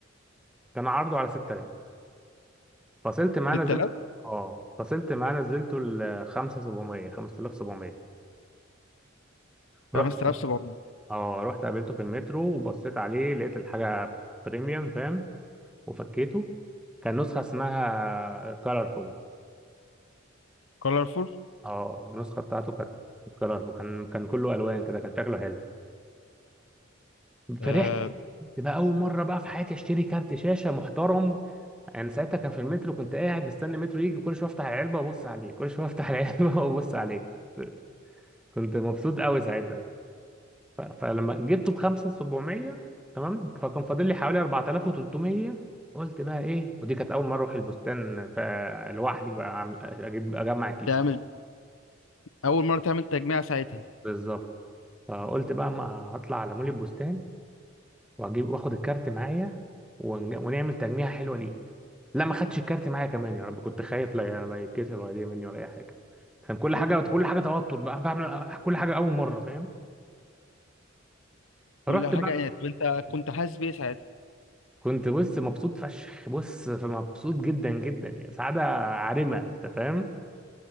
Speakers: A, in the centre; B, on the left.
A: كان عرضه على 6000 فصلت معاه نزلت
B: 6000
A: اه فصلت معاه نزلته ل 5700 5700 رحت
B: 5700
A: اه رحت قابلته في المترو وبصيت عليه لقيت الحاجه بريميوم فاهم وفكيته كان نسخه اسمها كولرفول
B: كولرفول
A: اه النسخه بتاعته كانت الكلر كان كان كله الوان كده كان شكله حلو
B: آه
A: فرحت تبقى اول مره بقى في حياتي اشتري كارت شاشه محترم انا ساعتها كان في المترو كنت قاعد مستني المترو يجي كل شويه افتح العلبه وابص عليه كل شويه افتح <laughs> العلبه وابص عليه كنت مبسوط قوي ساعتها ف- فلما جبته ب 5700 تمام فكان فاضل لي حوالي 4300 قلت بقى ايه ودي كانت اول مره اروح البستان فلوحدي بقى أعمل- اجيب اجمع كيسه
B: تعمل اول مره تعمل تجميع ساعتها
A: بالظبط فقلت بقى ما اطلع على مول البستان واجيب واخد الكارت معايا ون... ونعمل تجميعة حلوة ليه لا ما خدتش الكارت معايا كمان يا رب كنت خايف لا لا يتكسر ولا يضيع مني ولا اي حاجة كان كل حاجة كل حاجة توتر بقى بعمل كل حاجة أول مرة فاهم فرحت
B: كل حاجه
A: بقى
B: يعني طب انت كنت حاسس بايه ساعتها
A: كنت بص مبسوط فشخ بص مبسوط جدا جدا يعني سعادة عارمة أنت فاهم